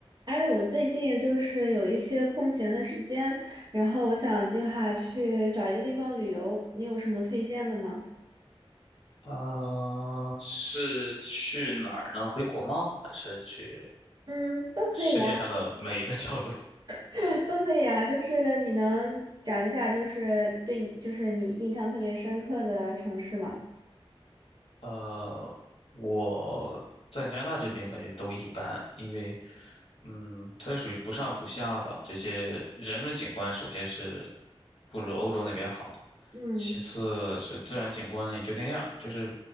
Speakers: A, on the right (about 45°); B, on the left (about 70°).
A: 哎，我最近就是有一些空闲的时间，然后我想计划去找一个地方旅游，你有什么推荐的吗？
B: 啊、是去哪儿呢？回国吗？还是去
A: 嗯，都可以啊，
B: 世界上的每一个角落？
A: <laughs> 都可以啊，就是你能讲一下，就是对你，就是你印象特别深刻的城市吗？
B: 呃，我在加拿大这边感觉都一般，因为，嗯，它是属于不上不下吧。这些人文景观首先是不如欧洲那边好，
A: 嗯
B: 其次是自然景观呢也就那样，就是